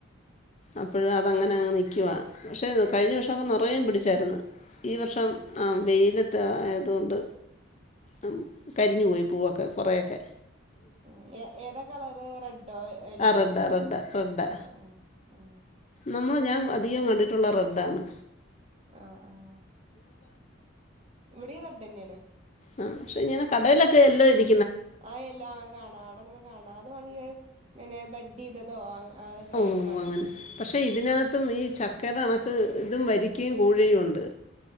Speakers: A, on the left; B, on the right.
A: അപ്പഴ് അത് അങ്ങനെ അങ്ങ് നിക്കുവാ പക്ഷേ കഴിഞ്ഞ വർഷൊക്കെ നെറെയെ പിടിച്ചായ്ര്ന്ന് ഈ വർഷം ആഹ് വെയിലെ ത്ത് ആയതോണ്ട് അം കരിഞ്ഞ് പോയി പൂവൊക്കെ കൊറയൊക്കെ
B: ഉം എ ഏ ഏതാ കളെറ് റെഡ്ഡോ? യെല്ലോ?
A: ആ റെഡാ റെഡാ റെഡാ
B: റെഡ്ഡ് എ ഏ
A: നമ്മൾ ഞാൻ അധികം കണ്ടിട്ടുള്ളെ റെഡ്ഡ് ആണ്
B: അഹ് ആഹ് ഇവിടെ റെഡ്ഡെന്നേണ്
A: ആഹ് പക്ഷെ ഇങ്ങനെ കടേലെക്കെ എല്ലാ ഇരി
B: ആഹ് യെല്ലാം കാണാം അവടെങ്ങനെ കാണാ ഇത് മാണെങ്കി ഇങ്ങനെ ബഡ്ഡ് ചെയ്തതോ ആഹ് അതൊക്കെ
A: ഓ
B: ആയിരിക്കും വാണെങ്കി
A: അങ്ങനെ
B: ലെ
A: പക്ഷേ ഇതിനകത്തും ഈ ചക്കര കണക്ക് ഇതും വരിക്കെയും കൂഴയുണ്ട്